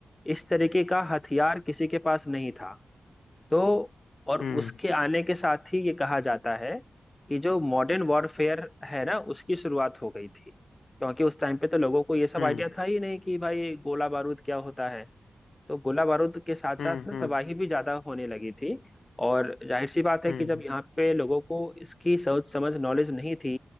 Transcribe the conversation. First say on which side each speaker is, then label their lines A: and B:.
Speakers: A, on the left; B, on the left.
A: इस तरीके का हथियार किसी के पास नहीं था तो और
B: हम्म
A: उसके आने के साथ ही ये कहा जाता है कि जो मॉडर्न वॉरफेयर है ना उसकी शुरुआत हो गई थी क्योंकि उस टाइम पे तो लोगों को ये सब
B: हम्म
A: आइडिया था ही नहीं कि भाई गोला बारूद क्या होता है तो गोला बारूद के साथ
B: हम्म
A: साथ ना
B: हम्म
A: तबाही भी ज्यादा होने लगी थी और जाहिर सी बात है
B: हम्म
A: कि जब यहाँ पे लोगों को इसकी सोच समझ नॉलेज नहीं थी